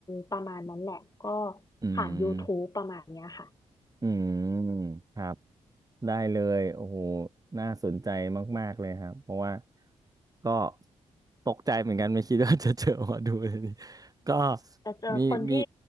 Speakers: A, on the left; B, on the right.
A: ประมาณนั้นแหละก็
B: อืม
A: ผ่าน YouTube ประมาณเนี้ยค่ะ
B: อืมครับ ได้เลยโอ้โหน่าสนใจมากๆเลยครับเพราะว่าก็ตกใจเหมือนกันไม่คิดว่าจะเจอหมาดูเลยนี่ก็
A: จะเจอคนที่
B: มีมี